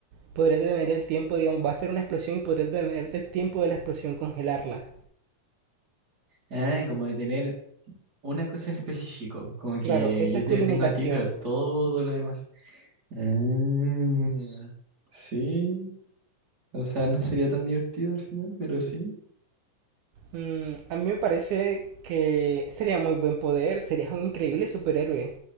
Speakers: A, on the right (about 75°); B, on the right (about 30°).
A: Podrías detener el tiempo, digamos, va a ser una explosión y podrías detener el tiempo de la explosión, congelarla.
B: Ah, como detener una cosa en específico, como
A: Claro,
B: que
A: esa
B: yo
A: es
B: te
A: tu
B: detengo
A: limitación.
B: a ti, pero a todo lo demás. Ah, sí, o sea, no sería tan divertido al final, pero sí,
A: Mm, a mí me parece que sería muy buen poder, serías un increíble superhéroe.